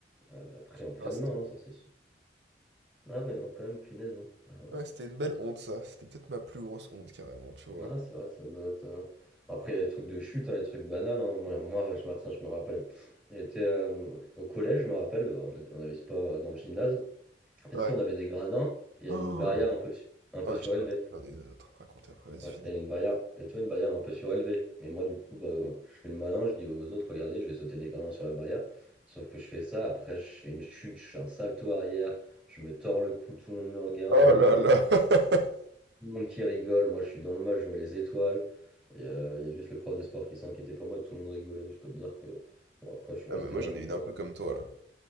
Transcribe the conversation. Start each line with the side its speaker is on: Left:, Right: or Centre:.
Centre: Ah, Elle l'a pris en pleine
Right: Non, c'était
Centre: main, hein, ça, c'est sûr. Ah, ouais, non, quand même, punaise. hein. Ah, ouais.
Right: ouais, c'était une belle honte, ça. C'était peut-être ma plus grosse honte, carrément, tu vois.
Centre: Ah, c'est vrai que ça doit être. euh, bon, après, il y a les trucs de chute, hein, les trucs banals. hein. Moi, moi, je me tiens, je me rappelle. J'étais euh, au collège, je me rappelle. On on avait sport euh, dans le gymnase. En fait,
Right: Ouais.
Centre: tu sais, on avait des gradins et il y
Right: Oh!
Centre: avait une barrière un peu, su- un peu
Right: Ouais,
Centre: surélevée.
Right: je- j'en ai une autre à te raconter après, vas-y,
Centre: Ouais,
Right: finis.
Centre: et une barrière, et tu vois, une barrière un peu surélevée. Mais moi, du coup, bah, je fais le malin, je dis aux autres, regardez, je vais sauter des gradins sur la barrière. Sauf que je fais ça, après, je fais une chute, je fais un salto arrière, je me tords le cou, tout le monde me regarde,
Right: Oh
Centre: au moins
Right: là
Centre: une vingtaine,
Right: là! <laughs>
Centre: tout le monde qui rigole. Moi, je suis dans le mal, je vois les étoiles. Et euh, il y a juste le prof de sport qui s'est inquiété pour moi et tout le monde rigolait. Je peux te dire que, bon, après, je suis
Right: Ah,
Centre: resté
Right: mais moi,
Centre: dans
Right: j'en
Centre: mon
Right: ai
Centre: coin.
Right: une un peu comme toi, là.